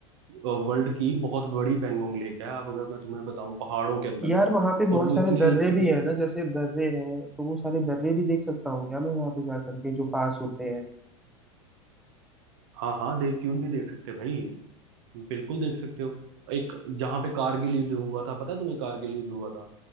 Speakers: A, on the right; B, in the centre.
A: वर्ल्ड की बहुत बड़ी पैंगोंग लेक है आप अगर मैं तुम्हें बताऊं पहाड़ों के अंदर
B: यार वहां पे बहुत
A: और वो
B: सारे
A: इतनी
B: दर्रे भी
A: इत-
B: हैं ना जैसे दर्रे हैं तो वो सारे दर्रे भी देख सकता हूँ क्या मैं वहां पे जा करके जो पास होते हैं
A: हाँ हाँ देख क्यों नहीं देख सकते भाई बिल्कुल देख सकते हो एक जहाँ पे कारगिल युद्ध हुआ था पता है तुम्हें कारगिल युद्ध हुआ था